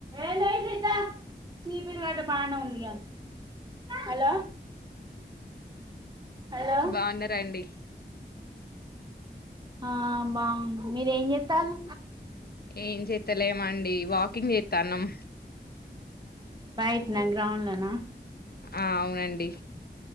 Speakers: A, on the right (about 25°); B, on the left (about 60°).
A: ఏ కాయితే శిపిరి వా బాన ఉందియా హలో హలో
B: బాగున్నారాండి
A: ఆ బాగుంది మీరేం చెత్తాలు
B: ఏం చేతలేమండి వాక్ కింగ్ చేతానం
A: బయిట్నా గ్రౌండ్లోనా
B: ఆ అవునండి